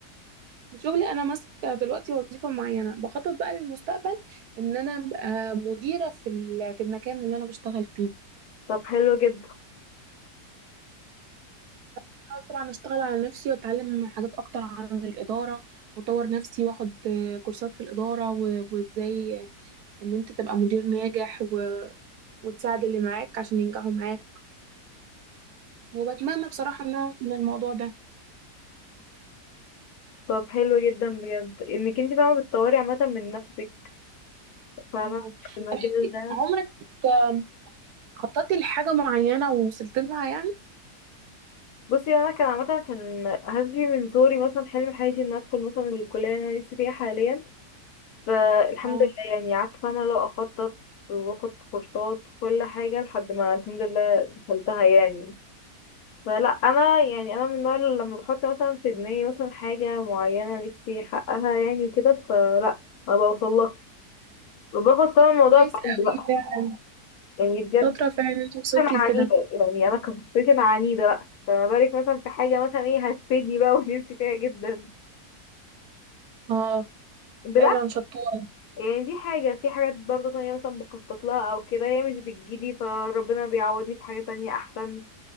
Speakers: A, on the right; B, on the left.
A: في شغلي أنا ماسكة دلوقتي وظيفة معينة بخطط بقى للمستقبل إن أنا أبقى مديرة في ال- في المكان اللي أنا بشتغل فيه
B: طب حلو جدا
A: بحاول طبعا أشتغل على نفسي وأتعلم حاجات أكتر عن الإدارة وأطور نفسي وأخد آه، كورسات في الإدارة و- وإزاي ان انت تبقى مدير ناجح و... وتساعد اللي معاك عشان ينجحوا معاك وبتمنى بصراحة ان انا اوصل للموضوع ده
B: طب حلو جدا بجد انك انت فاهمة بتطوري عامة من نفسك فاهمة
A: آه.
B: في المجال
A: طب انت
B: ده
A: عمرك آم، خططتي لحاجة معينة ووصلت لها يعني
B: بصي انا كان عامة كان هدفي من صغري مثلا حلم حياتي ان ادخل مثلا الكلية اللي انا لسه فيها حاليا فالحمد
A: اه
B: لله يعني قعدت فاهمة لو اخطط واخد كورسات وكل حاجة لحد ما الحمد لله دخلتها يعني فلا انا يعني انا من النوع اللي لما بحط مثلا في دماغي مثلا حاجه معينه نفسي احققها يعني وكده فلا ما بوصلها باخد فعلا الموضوع
A: كويس
B: بحب
A: قوي
B: بقى
A: فعلا
B: يعني بجد
A: شاطرة فعلا انت وصلتي
B: انا عنيده
A: لكده
B: يعني انا كنت انا عنيده بقى فما بالك مثلا في حاجه مثلا ايه هتفيدني بقى <laughs> ونفسي فيها جدا
A: اه
B: بالعكس
A: فعلا شطورة
B: يعني دي حاجه في حاجات برضه تانية مثلا بخطط لها او كده هي مش بتجيلي فربنا بيعوضني في حاجه تانية احسن